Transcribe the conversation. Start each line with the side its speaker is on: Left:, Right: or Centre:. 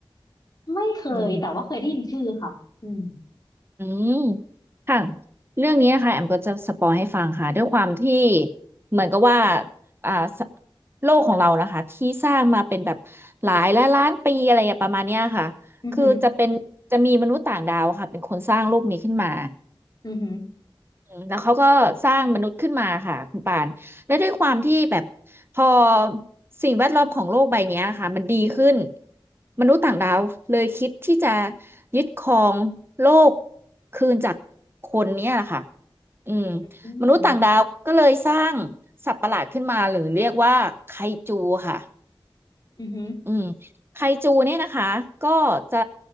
Left: ไม่เคยแต่ว่าเคยได้ยินชื่อค่ะอืม
Right: อืม อืมค่ะ เรื่องนี้นะคะแอมก็จะสปอยให้ฟังค่ะด้วยความที่เหมือนกับว่าอ่าสโลกของเรานะคะที่สร้างมาเป็นแบบหลายล้านล้านปีอะไรอย่างประมาณเนี้ยค่ะคือจะเป็นจะมีมนุษย์ต่างดาวค่ะเป็นคนสร้างโลกนี้ขึ้นมา
Left: อือหืออือหือ
Right: แล้วเขาก็สร้างมนุษย์ขึ้นมาค่ะคุณปานและด้วยความที่แบบพอสิ่งแวดล้อมของโลกใบเนี้ยค่ะมันดีขึ้นมนุษย์ต่างดาวเลยคิดที่จะยึดครองโลกคืนจากคนเนี้ยค่ะอืม
Left: อืม
Right: มนุษย์ต่างดาวก็เลยสร้างสัตว์ประหลาดขึ้นมาหรือเรียกว่าไคจูค่ะ
Left: อือหือ
Right: อืมไคจูเนี่ยนะคะก็จะ